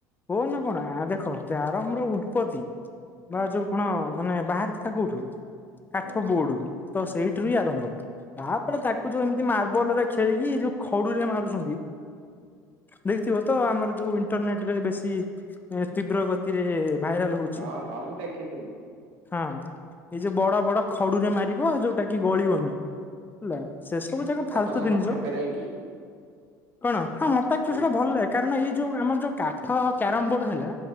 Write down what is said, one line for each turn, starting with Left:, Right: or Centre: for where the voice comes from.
Left: ଫୋନ୍ କଣ ଆ ଦେଖ କ୍ୟାରମର ଉତ୍ପତି
Right: ହୁଁ
Left: ବା ଯୋଉ କଣ ମାନେ ବାହାରି ଥିଲା କୋଉଠୁ, କାଠ
Right: ହୁଁ
Left: ବୋର୍ଡରୁ। ତ ସେଇ ଥିରୁ ହିଁ ଆରମ୍ଭ, ତାପରେ ତାକୁ ଯୋଉ ଏମିତି ମାର୍ବଲରେ ଖେଳିକି ଯୋଉ ଖଡୁରେ ମାରୁଛନ୍ତି। ଦେଖିଥିବ ତ ଆମର ଯୋଉ ଇଣ୍ଟରନେଟ ରେ ବେଶୀ ତୀବ୍ର ଗତିରେ ଭାଇରାଲ ହଉଚି
Right: ହଁ ହଁ ମୁଁ ଦେଖିଥିଲି।
Left: ହଁ। ଏଇ ଯୋଉ ବଡ ବଡ ଖଡୁରେ ମାରିବ ଯୋଉଟା କି ଗଳିବନି ହେଲା। ସେ ସବୁ ଯାକ ଫାଲତୁ
Right: ଆଉ ତମ
Left: ଜିନିଷ।
Right: କଣ ଫେବରାଇଟି
Left: କଣ ହଁ ମତେ ଆକଚୁଆଲି
Right: ତମ
Left: ସେଇଟା ଭଲ ଲାଗେ। କାରଣ ଏଇ ଯୋଉ ଆମର ଯୋଉ କାଠ କ୍ୟାରମ ବୋର୍ଡ ହେଲା।